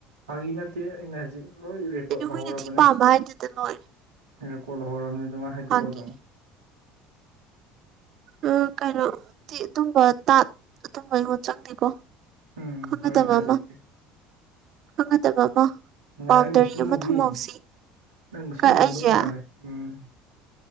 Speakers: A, on the right; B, on the right.
A: ꯐꯪꯉꯤ ꯅꯠꯇꯦ ꯑꯩꯅ ꯍꯧꯖꯤꯛ ꯍꯣꯏ ꯔꯦꯀꯣꯔꯠ
B: ꯑꯩꯅ
A: ꯂꯧꯍꯧꯔꯕꯅꯤ
B: ꯍꯨꯏꯅ ꯊꯤ ꯄꯥꯝꯕ ꯍꯥꯏꯗꯨꯗ ꯂꯣꯏꯔꯦ
A: ꯔꯦꯀꯣꯔꯠ ꯂꯧꯍꯧꯔꯕꯅꯤ ꯑꯗꯨꯃꯥꯏꯅ ꯍꯥꯏꯗꯣꯛꯑꯣ
B: ꯐꯥꯒꯤ
A: ꯑꯗꯨꯝ
B: ꯎ ꯀꯩꯅꯣꯗꯤ ꯑꯗꯨꯝꯕ ꯇꯥ ꯑꯗꯨꯝꯕ ꯑꯩꯉꯣꯟ ꯆꯪꯗꯦꯀꯣ
A: ꯎꯝ
B: ꯈꯪꯒꯗꯕ
A: ꯍꯣꯔꯦꯟ ꯍꯥꯏꯗꯣꯛꯀꯦ
B: ꯑꯃ ꯈꯪꯒꯗꯕ ꯑꯃ
A: ꯉꯥꯏꯔꯦ
B: ꯕꯥꯎꯟꯗꯔꯤ
A: ꯃꯨꯁꯤꯟ
B: ꯑꯃ
A: ꯃꯨꯕꯤ
B: ꯊꯝꯍꯧꯁꯤ
A: ꯅꯪ ꯃꯨꯁꯤꯟ
B: ꯀꯥꯏ
A: ꯃꯨꯔꯝꯗꯧ
B: ꯑꯩꯁꯦ
A: ꯃꯥꯜꯂꯦ ꯎꯝ